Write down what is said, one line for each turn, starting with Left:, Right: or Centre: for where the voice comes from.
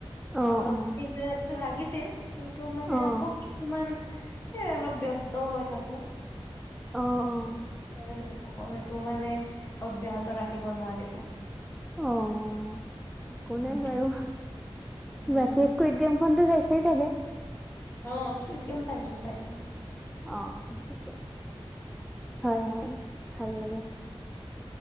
Centre: অ',
Left: অলপ
Centre: অ',
Left: ইণ্টাৰেষ্টটো লাগিছিল। কিন্তু মানে
Centre: অ',
Left: আকৌ কিছুমান, সেই অলপ ব্যস্তও হৈ থাকো।
Centre: অ', অ', অ', অ'।
Left: এইটো মানে অব্যাহত ৰাখিব নোৱাৰিলো।
Centre: অ', একো
Left: উম
Centre: নাই বাৰু,
Left: উম
Centre: বাকী স্কুইড গেম খনটো চাইছেই চাগে?
Left: অ স্কুইড গেম চাইছোঁ-চাইছোঁ।
Centre: অ, ঠিকে আছে, হয়-হয় ভাল লাগে।